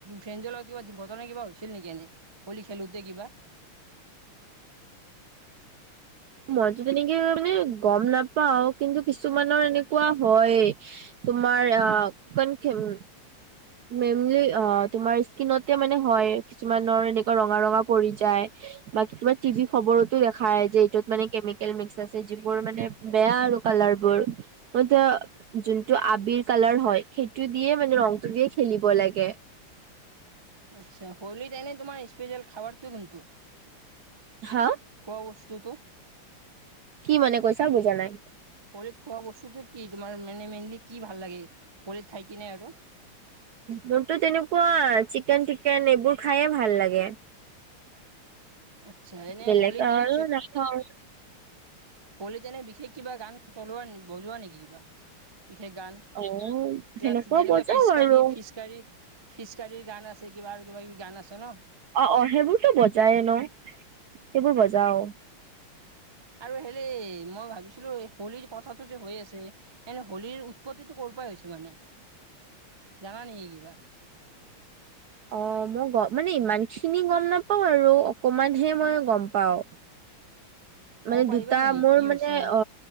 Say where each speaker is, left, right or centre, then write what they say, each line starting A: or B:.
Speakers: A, on the right (about 45°); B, on the right (about 70°).
A: ফ্ৰেণ্ডজৰ লগত কিবা দুৰ্ঘটনা কিবা হৈছিল নেকি এনেই হলি খেলোঁতে কিবা?
B: মইতো তেনেকে <unintelligible> মানে গম নাপাও কিন্তু কিছুমানৰ এনেকুৱা হয়ে। তোমাৰ অ' কনখেম মেমলি অ' তোমাৰ স্কিনতে মানে হয় কিছুমানৰ এনেকুৱা ৰঙা, ৰঙা পৰি যায় বা <unintelligible> টিভি খবৰতো দেখায় যে এইটোত মানে কেমিকেল মিক্স আছে যিবোৰ মানে বেয়া আৰু কালাৰ বোৰ <unintelligible> যোনটো আবিৰ কালাৰ হয় সেইটো দিয়ে মানে ৰংটো দিয়ে খেলিব লাগে।
A: আচ্ছা, হোলীত এনেই তোমাৰ স্পেচিয়েল খাৱাৰটো কোনটো?
B: হা
A: খোৱা বস্তুটো
B: কি মানে কৈছা বুজা নাই
A: কলেদ খোৱা বস্তুটো কি তোমাৰ মেনে মেইনলি কি ভাল লাগে কলেদ খাই কিনে আৰু
B: মোৰতো তেনেকুৱা চিকেন তিকেন এইবোৰ খায়ে ভাল লাগে
A: আচ্ছা এনে
B: বেলেগ
A: হোলীত
B: আৰু
A: কিবা
B: নাখাওঁ
A: হ'লিত এনে বিশেষ কিবা গান চলোৱা নে বজোৱা নেকি কিবা বিশেষ গান
B: অ'
A: কিবা
B: সেনেকুৱা
A: যেনিবা
B: বজাও
A: ফিচকাৰী
B: আৰু
A: ফিচকাৰী পিচকাৰীৰ গান আছে কিবা আৰু কিবা কিবি গান আছে ন
B: অ অ সেইবোৰতো বজায়ে ন সেইবোৰ বজাও
A: আৰু হেলে মই ভাবিছিলো হোলীৰ কথাটো যে হৈ আছে এনে হোলীৰ উৎপত্তিটো ক'ৰ পৰাই হৈছে মানে জানা নেকি কিবা?
B: অ মই গ মানে ইমান খিনি গম নাপাও আৰু অকমানহে মই গম পাও
A: ক'ব
B: মানে
A: পাৰিবা
B: দুটা
A: নেকি
B: মোৰ
A: কি
B: মানে
A: হৈছে
B: অ